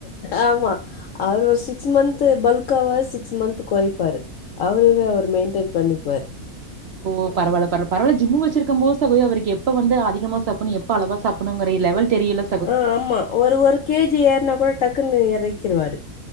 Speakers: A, on the left; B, on the right.
A: ஆமா அவர் ஒரு சிக்ஸ் மந்த்து பல்க்காவாரு சிக்ஸ் மந்த்து கொறைப்பாரு அவரவே அவர் மெயின்டென் பண்ணிக்குவாரு
B: ஓ பரவால பரல பரவால ஜிம்மு வச்சிருக்கோம்போ சகோதரி அவருக்கு எப்ப வந்து அதிகமா சாப்பணு எப்ப அளவா சாப்பணுங்ற லெவல் தெரியல
A: ஆ ஆமா ஒரு ஒரு கேஜி ஏறுனா கூட டக்குன்னு எறக்கிருவாரு